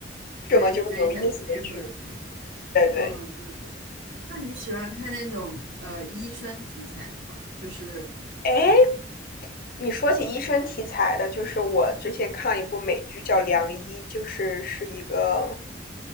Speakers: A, on the left; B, on the right.
A: 这么就有意思的剧。
B: 追追一下剧或者什么？
A: 对对。
B: 嗯，对对对。那你喜欢看那种呃医生题材的吗？就是
A: 哎，你说起医生题材的，就是我之前看了一部美剧叫《良医》，就是是一个，